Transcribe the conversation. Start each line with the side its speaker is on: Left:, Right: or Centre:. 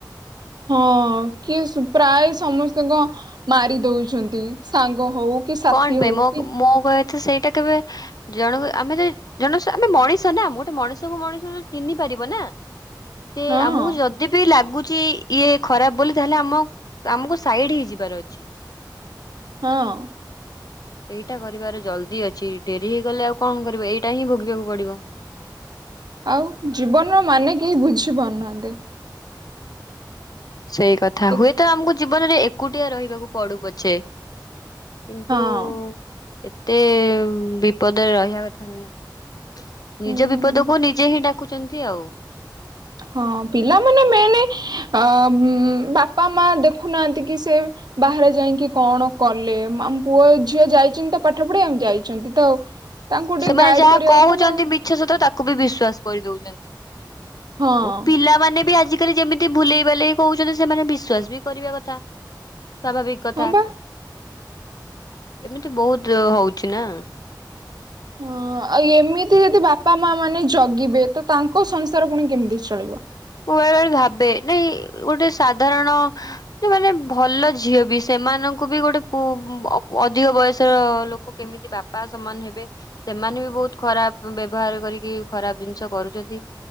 Right: ହଁ କିଏ ସୁ ପ୍ରାୟ ସମସ୍ତଙ୍କ ମାରି ଦଉଛନ୍ତି ସାଙ୍ଗ ହଉ କି ସାଥି
Left: କଣ ପାଇଁ
Right: ହଉ
Left: ମୋ
Right: କି
Left: ମୋ କହିବା କଥା ସେଇଟା କେବେ ଜଣକୁ ଆମେ ଯ ଜନେଶୁ ଆମେ ମଣିଷ ନା ଗୋଟେ ମଣିଷ କୁ ମଣିଷ ଚିହ୍ନି ପାରିବ ନା ସେ
Right: ହଁ
Left: ଆମକୁ ଯ ଯଦି ବି ଲାଗୁଛି ଇଏ ଖରାପ ବୋଲି ତାହେଲେ ଆମ ଆମକୁ ସାଇଡ୍ ହେଇଯିବାର ଅଛି।
Right: ହଁ।
Left: ସେଇଟା କରିବାର ଜଲ୍ଦି ଅଛି ଡେରି ହେଇଗଲେ ଆଉ କଣ କରିବ ଏଇଟା ହିଁ ଭୋଗିବାକୁ ପଡିବ।
Right: ଆଉ ଜୀବନର ମାନେ କେହି ବୁଝିପାରୁନାହାନ୍ତି।
Left: ସେଇ କଥା
Right: କେ
Left: ହୁଏତ ଆମକୁ ଜୀବନରେ ଏକୁଟିଆ ରହିବାକୁ ପଡୁ ପଛେ। କିନ୍ତୁ
Right: ହଁ
Left: ଏତେ ବିପଦରେ ରହିବା କଥା ନୁହଁ। ନିଜ
Right: ଉଁ
Left: ବିପଦକୁ ନିଜେ ହିଁ ଡାକୁଛନ୍ତି ଆଉ।
Right: ହଁ ପିଲାମାନେ ମେନଲି ଅ ଉମ ବାପା ମା ଦେଖୁନାହାନ୍ତି କି ସେ ବାହାରେ ଯାଇକି କଣ କଲେ ଆମ ପୁଅ ଝିଅ ଯାଇଛନ୍ତି ତ ପାଠ ପଢିବାକୁ ଯାଇଛନ୍ତି ତ। ତାଙ୍କୁ ଟିକେ
Left: ସେମାନେ
Right: ଗାଇଡ
Left: ଯାହା
Right: କରିବା
Left: କହୁଛନ୍ତି
Right: କଥା ନା ଆଉ
Left: ବି ମିଛ ସତ ତାକୁ ବି ବିଶ୍ଵାସ କରିଦଉଛନ୍ତି
Right: ହଁ
Left: ଆଉ ପିଲାମାନେ ବି ଆଜି ଯେମିତି ଭୁଲେଇ ବାଲେଇ କହୁଛନ୍ତି ସେମାନେ ବିଶ୍ଵାସ ବି କରିବା କଥା ସ୍ୱାଭାବିକ୍। କଥା
Right: ହଁ ବା
Left: ଏମିତି ବହୁତ୍ ହଉଛି ନା
Right: ହଁ ଆଉ ଏମିତି ଯଦି ବାପା ମା ମାନେ ଜଗିବେ ତ ତାଙ୍କ ସଂସାର ପୁଣି କେମିତି ଚଳିବ।
Left: ମୁଁ ବେଳେ ବେଳେ ଭାବେ ନାଇ ଗୋଟେ ସାଧାରଣ ସେ ମାନେ ଭଲ ଝିଅ ବି ସେମାନଙ୍କୁ ବି ଗୋଟେ ପୁ ଅଧିକ ବୟସର ଲୋକ କେମିତି କି ବାପା ସମାନ ହେବେ ସେମାନେ ବି ବହୁତ୍ ଖରାପ୍ ବ୍ୟବହାର କରିକି ଖରାପ୍ ଜିନିଷ କରୁଛନ୍ତି।